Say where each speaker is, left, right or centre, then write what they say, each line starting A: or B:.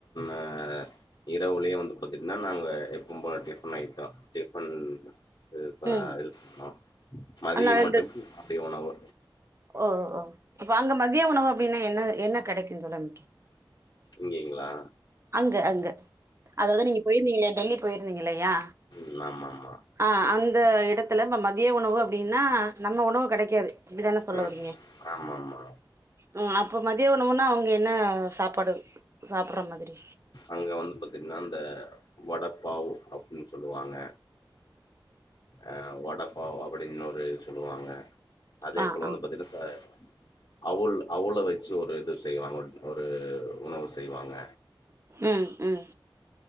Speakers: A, on the left; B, on the right.
A: அ இரவுலயு வந்து பாத்தீங்கன்னா நாங்க எப்ப போல டிஃபன் ஐட்டோ டிஃபன் இது இப்ப
B: ம்
A: இது <inaudible> மதியம்
B: ஆனா இந்த
A: மட்டும் <inaudible> தெ உணவு
B: ஓ ஹோ ஓ இப்ப அங்க மதிய உணவு அப்படின்னா என்ன என்ன கெடைக்கு தோழமைக்கு
A: இங்கேங்ளா
B: அங்க அங்க அதாவது நீங்க போயிருந்தீங்க டெல்லி போயிருந்தீங்கல்லையா
A: ம் ஆமாமா.
B: ஆ அந்த எடத்துல <unintelligible> திய உணவு அப்டின்னா நம்ம உணவு கெடைக்காது ப்டிதானே சொல்ல
A: ம்.
B: வரீங்க
A: ஆமாமா.
B: ம் அப்ப மதிய உணவுன்னா அவங்க என்ன சாப்பாடு சாப்டுற மாதிரி
A: அங்க வந்து பாத்தீங்கன்னா இந்த வடப்பாவ் அப்டின்னு சொல்லுவாங்க அஹ் வடப்பாவ் அப்படின்னு ஒரு இது சொல்லுவாங்க அதேப்
B: ஆ
A: போல
B: ஆ
A: வந்து பாத்தின்னா ப்ப அவுல் அவுல வச்சு ஒரு இது செய்வாங்க ஒரு உணவு செ ய்வாங்க
B: ம் ம்